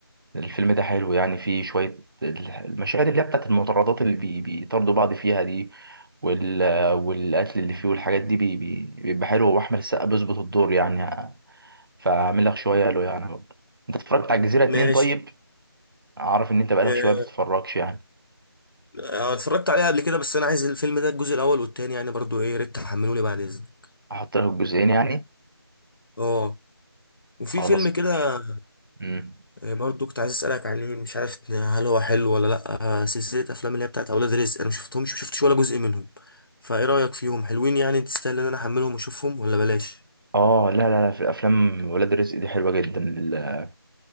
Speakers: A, on the right (about 60°); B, on the left (about 60°).
A: الفيلم ده حلو يعني فيه شوية ال- المشاهد اللي هي بتاعت المطاردات اللي بي- بيطاردوا بعض فيها دي وال... والقتل اللي فيه والحاجات دي بي... بي- بيبقى حلو وأحمد السقا بيظبط الدور يعني فأعمل لك شوية له يعني برضه أنت اتفرجت على الجزيرة اتنين
B: ماشي
A: طيب؟ أعرف إن أنت بقالك
B: آه،
A: شوية بتتفرجش يعني
B: آه، اتفرجت عليها قبل كده بس انا عايز الفيلم ده الجزء الاول والتاني يعني برضو ايه يا ريت تحملولي بعد اذنك
A: أحط لك الجزئين يعني
B: اه وفي
A: خلاص
B: فيلم كده
A: ماشي مم.
B: آه، برضو كنت عايز اسالك عليه مش عارف هل هو حلو ولا لا آه، سلسله افلام اللي هي بتاعت اولاد رزق انا ما شفتهمش ما شفتش ولا جزء منهم فايه رايك فيهم حلوين يعني تستاهل ان انا احملهم واشوفهم ولا بلاش
A: آه لا لا لا في الأفلام ولاد رزق دي حلوة جدا ال-